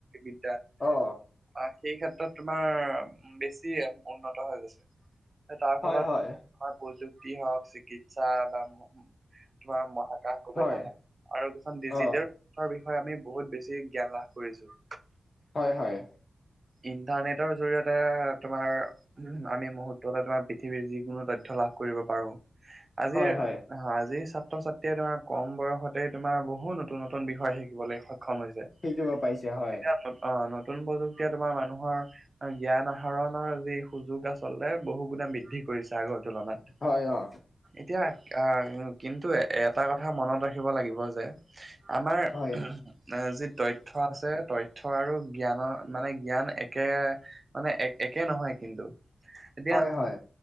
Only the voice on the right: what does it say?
বিদ্যা
অ, সেই ক্ষেত্ৰত তোমাৰ বেছি উন্নত হৈ গৈছে। তাৰ
ফলত
আমাৰ প্ৰযুক্তি হওক চিকিৎসা বা তোমাৰ মহাকাশ গৱেষণা
আৰু যিখন
ডিজিটেল তাৰ বিষয়ে আমি বহুত বেছি জ্ঞান লাভ কৰিছো।
ইণ্টাৰনেটৰ জৰিয়তে তোমাৰ আমি মুহূৰ্ততে তোমাৰ পৃথিৱীৰ যিকোনো তথ্য লাভ কৰিব পাৰো আজিৰ
আজি ছাত্ৰ ছাত্ৰীয়ে তোমাৰ কম বয়সতেই তোমাৰ বহুত নতুন নতুন বিষয় শিকিবলৈ সক্ষম হৈছে
এতিয়া অ নতুন প্ৰযুক্তিয়ে তোমাৰ মানুহৰ জ্ঞান আহৰণৰ যি সুযোগ আচলতে বহু গুণে বৃদ্ধি কৰিছে আগত তুলনাত
এতিয়া আহ কিন্তু এটা কথা মনত ৰাখিব লাগিব যে আমাৰ
এ যি তথ্য আছে তথ্য আৰু জ্ঞানৰ মানে জ্ঞান একে মানে এক একে নহয় কিন্তু এতিয়া